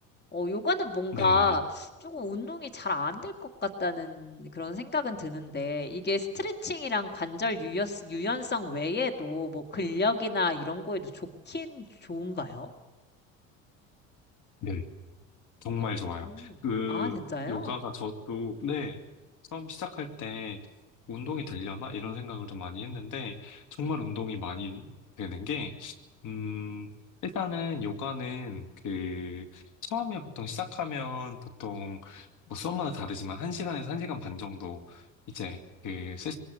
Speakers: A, on the left; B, on the left.
A: 어, 요가는 뭔가
B: 네.
A: 조금 운동이 잘 안 될 것 같다는 그런 생각은 드는데, 이게 스트레칭이랑 관절 유연, 유연성 외에도 뭐 근력이나 이런 거에도 좋긴 좋은가요?
B: 네. 정말
A: 오.
B: 좋아요. 그,
A: 아, 진짜요?
B: 요가가 저도, 네, 처음 시작할 때 운동이 되려나? 이런 생각을 좀 많이 했는데, 정말 운동이 많이 되는 게, 음, 일단은 요가는 그, 처음에 보통 시작하면 보통, 뭐 수업마다 다르지만, 1시간에서 1시간 반 정도, 이제, 그, 세,